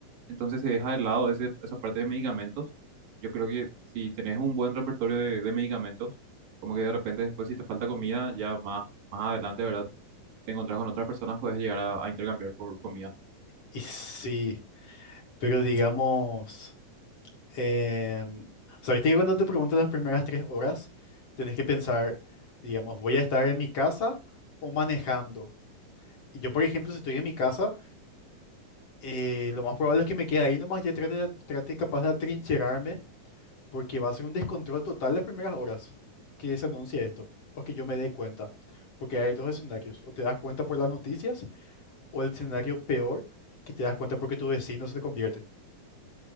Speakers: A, on the right; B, on the left.
A: entonces se deja de lado ese- esa parte de medicamentos. Yo creo que si tenés un buen repertorio de, de medicamentos, como que de repente después si te falta comida, ya más, más adelante, ¿verdad? Te encontrás con otras personas, puedes llegar a, a intercambiar por comida.
B: y sí. Pero digamos, em, o sea, viste que cuando te pregunto las primeras tres horas, tenés que pensar, digamos, ¿voy a estar en mi casa o manejando? Y yo, por ejemplo, si estoy en mi casa, eh, lo más probable es que me quede ahí nomás, ya trate, de- trate capaz de atrincherarme, porque va a ser un descontrol total las primeras horas que se anuncie esto, o que yo me dé cuenta, porque hay dos escenarios, o te das cuenta por las noticias, o el escenario peor, que te das cuenta porque tu vecino se te convierte.